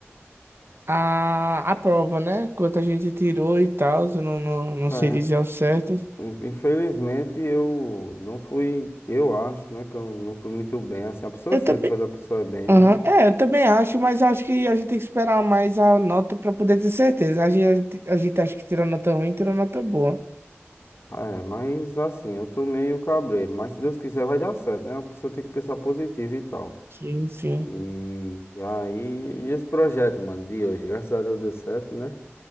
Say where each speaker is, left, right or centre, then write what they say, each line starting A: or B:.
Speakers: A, on the right; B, on the left.
A: a, a prova, né? Quanto a gente tirou e tal, eu não, não, não
B: É,
A: sei dizer ao certo.
B: in- infelizmente eu não fui, eu acho, né, que eu não fui muito bem, assim, a pessoa
A: Eu
B: sente
A: também.
B: quando a pessoa é bem,
A: Aham,
B: mas.
A: É, eu também acho, mas acho que a gente tem que esperar mais a nota para poder ter certeza. A gente, a gente acha que tirou nota ruim, tirou nota boa.
B: É, mas assim, eu tô meio cabreiro, mas se Deus quiser vai dar certo, né? A pessoa tem que pensar positivo e tal.
A: Sim, sim.
B: E, e aí, e esse projeto, mano, de hoje, graças a Deus deu certo, né?